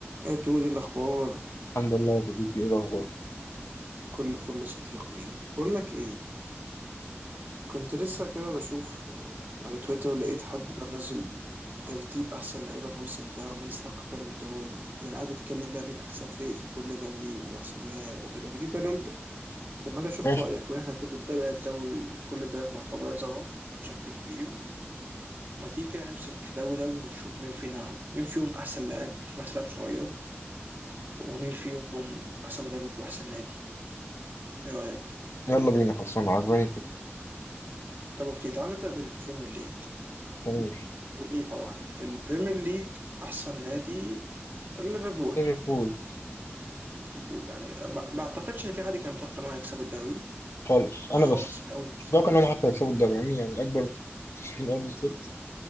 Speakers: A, on the right; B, on the left.
A: يا دودي الأخبار
B: الحمد لله يا صديقي ايه الاخبار
A: كل فل صديقي بقول لك إيه كنت لسه كده بشوف على تويتر لقيت حد بقى منزل ترتيب أحسن لعيبة الموسم ده ومين يستحق بالون دور وبعدين قعد يتكلم بقى مين أحسن فريق في كل دوري وأحسن لاعب وكده فجيت بقى قلت طب ما أجي أشوف
B: ماشي
A: رأيك وإحنا الاتنين بنتابع الدوري كل الدوريات معتبرة سوا بشكل كبير ما تيجي كده نمسك دوري دوري ونشوف مين فينا مين فيهم أحسن لاعب مين فيهم أحسن لاعب صغير ومين فيهم أحسن مدرب وأحسن نادي إيه رأيك؟
B: يلا بينا خلصنا عجباني الفكره
A: طب اوكي تعال نبدا بالبريمير ليج
B: جميل
A: وليه طبعا البريمير ليج احسن نادي ليفربول
B: ليفربول
A: ليفربول يعني ما, ما اعتقدش ان في حد كان متوقع ان هو يكسبوا الدوري
B: خالص انا
A: خالص
B: بس
A: من اول الموسم
B: مش متوقع انهم حتى يكسبوا الدوري يعني يعني اكبر مكتشفين ارض السلوت